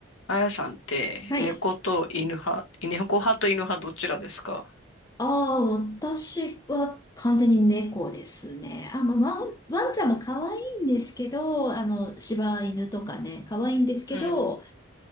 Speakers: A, on the left; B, on the left.
A: あやさんって猫と犬派、
B: はい。
A: 猫派と犬派どちらですか
B: ああ、私は完全に猫ですね。あ、まあ、ワン、ワンちゃんも可愛いんですけど、あの、柴犬とかね、可愛いんですけど、
A: うん。